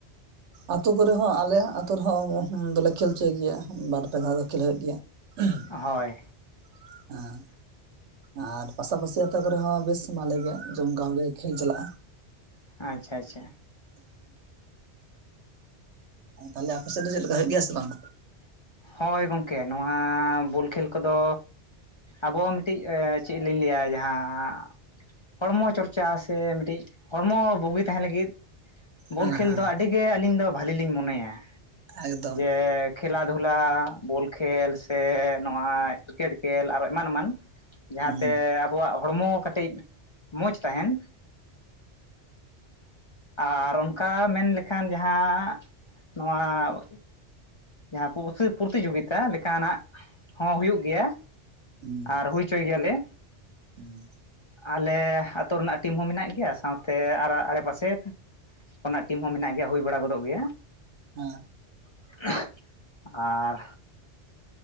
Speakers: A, on the right; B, on the left.
A: ᱟᱹᱛᱩ ᱠᱚᱨᱮ ᱦᱚᱸ ᱟᱞᱮ ᱟᱹᱛᱩ ᱨᱮᱦᱚᱸ ᱫᱚᱞᱮ ᱠᱷᱮᱞ ᱦᱚᱪᱚᱭ ᱜᱮᱭᱟ ᱵᱟᱨ ᱯᱮ ᱫᱷᱟᱣ ᱫᱚ ᱠᱷᱮᱞ ᱦᱩᱭᱩᱜ ᱜᱮᱭᱟ ᱦᱮᱸ
B: ᱦᱳᱭ
A: ᱟᱨ ᱯᱟᱥᱟᱯᱟᱥᱤ ᱟᱛᱳ ᱠᱚᱨᱮ ᱦᱚᱸ ᱵᱮᱥ ᱵᱷᱟᱞᱮ ᱜᱮ ᱡᱚᱢᱠᱟᱣ ᱜᱮ ᱠᱷᱮᱞ ᱪᱟᱞᱟᱜᱼᱟ᱾
B: ᱟᱪᱪᱷᱟ ᱟᱪᱪᱷᱟ
A: ᱛᱟᱦᱚᱞᱮ ᱟᱯᱮ ᱥᱮᱫ ᱫᱚ ᱪᱮᱫ ᱞᱮᱠᱟ ᱦᱩᱭᱩᱜ ᱜᱮᱭᱟ ᱥᱮ ᱵᱟᱝ?
B: ᱦᱳᱭ ᱜᱚᱝᱠᱮ ᱱᱚᱣᱟ ᱵᱚᱞ ᱠᱷᱮᱞ ᱠᱚᱫᱚ ᱟᱵᱚ ᱢᱤᱫᱴᱤᱡ ᱪᱮᱫ ᱞᱤᱧ ᱞᱟᱹᱭᱟ ᱡᱟᱦᱟᱸ ᱦᱚᱲᱢᱚ ᱪᱚᱨᱪᱟ ᱥᱮ ᱢᱤᱫᱴᱤᱡ ᱦᱚᱲᱢᱚ ᱵᱩᱜᱤ ᱛᱟᱦᱮᱸ ᱞᱟᱹᱜᱤᱫ
A: ᱦᱮᱸ
B: ᱵᱚᱞ ᱠᱷᱮᱞ
A: ᱦᱮᱸ
B: ᱫᱚ ᱟᱹᱰᱤᱜᱮ ᱟᱹᱞᱤᱧ ᱫᱚ ᱵᱷᱟᱹᱞᱤ ᱞᱤᱧ ᱢᱚᱱᱮᱭᱟ
A: ᱮᱠᱫᱚᱢ
B: ᱡᱮ ᱠᱷᱮᱞᱟ ᱫᱷᱩᱞᱟ ᱵᱚᱞ ᱠᱷᱮᱞ ᱥᱮ ᱱᱚᱣᱟ ᱠᱨᱤᱠᱮᱴ ᱠᱷᱮᱞ ᱟᱨᱚ ᱮᱢᱟᱱ ᱮᱢᱟᱱ ᱡᱟᱦᱟᱸᱛᱮ
A: ᱦᱩᱸ
B: ᱟᱵᱚᱣᱟᱜ ᱦᱚᱲᱢᱚ ᱠᱟᱹᱴᱤᱡ ᱢᱚᱡᱽ ᱛᱟᱦᱮᱱ ᱟᱨ ᱚᱱᱠᱟ ᱢᱮᱱ ᱞᱮᱠᱷᱟᱱ ᱡᱟᱦᱟᱸ ᱱᱚᱣᱟ ᱡᱟᱦᱟ <unintelligible> ᱯᱨᱚᱛᱤᱡᱳᱜᱤᱛᱟ ᱞᱮᱠᱟᱱᱟᱜ ᱦᱚᱸ ᱦᱩᱭᱩᱜ ᱜᱮᱭᱟ
A: ᱦᱩᱸ
B: ᱟᱨ ᱦᱩᱭ ᱦᱚᱪᱚᱭ ᱜᱮᱭᱟᱞᱮ
A: ᱦᱩᱸ
B: ᱟᱞᱮ ᱟᱛᱩ ᱨᱮᱱᱟᱜ ᱴᱤᱢ ᱦᱚᱸ ᱢᱮᱱᱟᱜ ᱜᱮᱭᱟ ᱥᱟᱶᱛᱮ ᱟᱨ ᱟᱲᱮᱯᱟᱥᱮ ᱠᱟᱱᱟᱜ ᱴᱤᱢ ᱦᱚᱸ ᱢᱮᱱᱟᱜ ᱜᱮᱭᱟ ᱦᱩᱭ ᱵᱟᱲᱟ ᱜᱚᱫᱚᱜ ᱜᱮᱭᱟ
A: ᱦᱮ
B: <inaudible> ᱟᱨ